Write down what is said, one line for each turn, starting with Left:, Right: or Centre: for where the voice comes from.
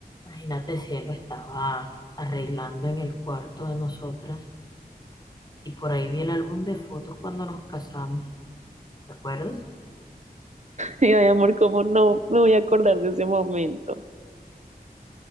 Left: Imagínate si él lo estaba arreglando en el cuarto de nosotras y por ahí vi el álbum de fotos cuando nos casamos, ¿te acuerdas?
Right: Y yo, ay, amor, ¿cómo no me voy a acordar de ese momento?